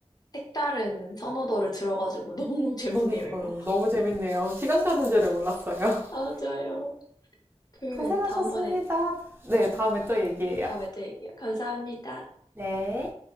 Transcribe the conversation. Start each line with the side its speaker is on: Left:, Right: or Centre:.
Left: 색다른 선호도를 들어가지고 <laughs> 너무 재밌네요,
Right: 그러니까요.
Left: 이거.
Right: 너무 재밌네요. 시간 가는 줄을 몰랐어요. <laughs>
Left: 아, 좋아요. 그러면
Right: 고생하셨습니다.
Left: 다음번에
Right: 네, 다음에 또 얘기해요.
Left: 다음에 또 얘기해요. 감사합니다.
Right: 네.